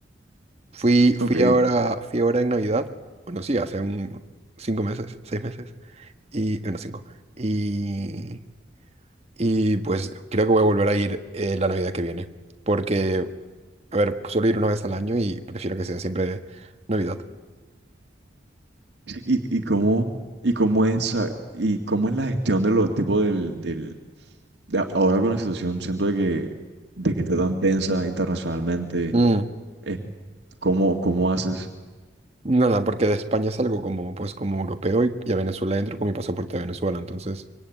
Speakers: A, on the right; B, on the right.
A: Fui, fui
B: Ok.
A: ahora, fui ahora en Navidad. Bueno, sí, hace un cinco meses, seis meses. Y, bueno, cinco. y Y pues creo que voy a volver a ir eh, la Navidad que viene. Porque, a ver, suelo ir una vez al año y prefiero que sea siempre Navidad.
B: ¿Y, y cómo, y cómo es, ah, y cómo es la gestión de los tipos del, del, de a- ahora con la situación, siento de que, de que está tan tensa internacionalmente,
A: Mm,
B: eh, ¿cómo, cómo haces?
A: Nada, porque de España salgo como, pues, como europeo y, y a Venezuela entro con mi pasaporte de Venezuela. Entonces,